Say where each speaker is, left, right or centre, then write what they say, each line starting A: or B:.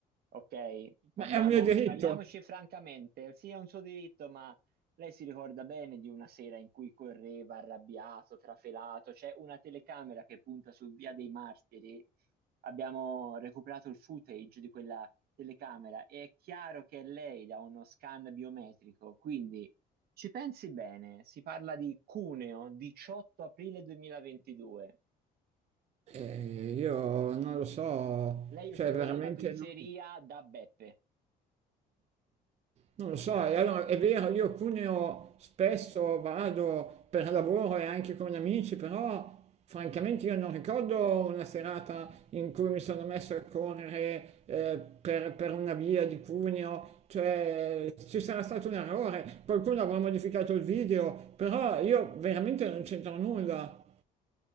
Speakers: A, on the right; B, on the right.
A: ok? Parliamo,
B: ma è un mio diritto,
A: parliamoci francamente. Sì, è un suo diritto, ma lei si ricorda bene di una sera in cui correva arrabbiato, trafelato. C'è una telecamera che punta su Via dei Martiri. Abbiamo recuperato il footage di quella telecamera e è chiaro che è lei da uno scan biometrico, quindi... Ci pensi bene, si parla di Cuneo, 18 aprile 2022.
B: Eh, io non lo so,
A: Lei
B: cioè
A: usciva
B: veramente
A: dalla pizzeria
B: non...
A: da Beppe.
B: Non lo so, e allora è vero, io a Cuneo spesso vado per lavoro e anche con amici, però francamente io non ricordo una serata in cui mi sono messo a correre eh, per, per una via di Cuneo, cioè ci sarà stato un errore, qualcuno avrà modificato il video, però io veramente non c'entro nulla.